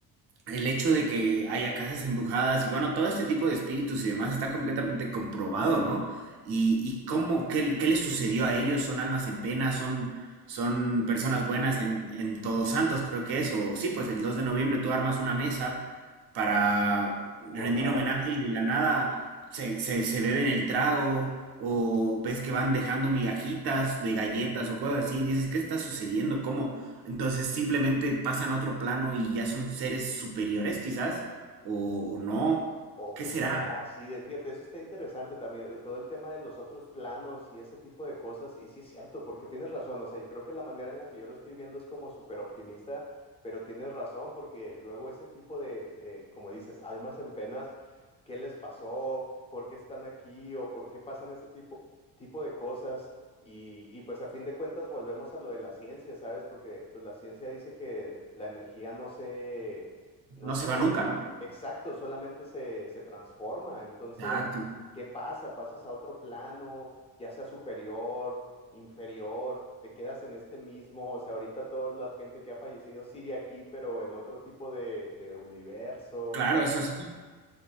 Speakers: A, on the right; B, on the left.
A: el hecho de que haya casas embrujadas y bueno, todo este tipo de espíritus y demás está completamente comprobado, ¿no? Y, y cómo, qué, qué les sucedió a ellos, son almas en pena, son, son personas buenas en, en Todos Santos, creo que es, o sí, pues el 2 de noviembre tú armas una mesa para rendir
B: Honrada.
A: homenaje y de la nada se, se, se beben el trago o ves que van dejando migajitas de galletas o cosas así, dices, ¿qué está sucediendo? ¿Cómo, entonces simplemente pasan a otro plano y ya son seres superiores quizás, o, o no.
B: ¿O
A: ¿Qué
B: qué
A: será?
B: será? Sí, de, fíjate, eso está interesante también, todo el tema de los otros planos y ese tipo de cosas. Y sí es cierto, porque tienes razón, o sea, yo creo que la manera en la que yo lo estoy viendo es como súper optimista, pero tienes razón, porque luego ese tipo de, de, como dices, almas en penas, ¿qué les pasó? ¿Por qué están aquí? ¿O por qué pasan ese tipo, tipo de cosas? Y, y pues a fin de cuentas volvemos a lo de la ciencia, ¿sabes? Porque pues, la ciencia dice que la energía no se... No
A: No
B: sé,
A: se va nunca, ¿no?
B: Exacto, solamente se, se transforma. Entonces,
A: Exacto.
B: ¿qué pasa? Pasas a otro plano, ya sea superior, inferior, te quedas en este mismo, o sea, ahorita toda la gente que ha fallecido sigue aquí, pero en otro tipo de, de universo.
A: Claro, eso es...